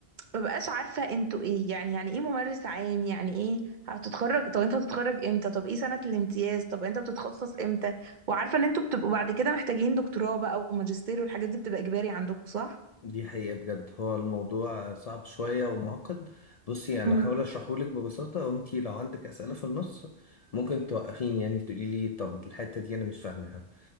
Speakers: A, on the right; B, on the left.
A: ما بقاش عارفة انتوا ايه يعني يعني ايه ممارس عام يعني ايه هتتخرج طب انت هتتخرج امتى طب ايه سنة الامتياز طب انت بتتخصص امتى وعارفة ان انتوا بتبقوا بعد كده محتاجين دكتوراه بقى وماجستير والحاجات دي بتبقى اجباري عندكم صح؟
B: دي حقيقة بجد هو الموضوع صعب شوية ومعقد بصي
A: مم.
B: أنا هحاول أشرحهولك ببساطة وأنتي لو عندك أسئلة في النص ممكن توقفيني يعني تقولي لي طب الحتة دي أنا مش فاهمها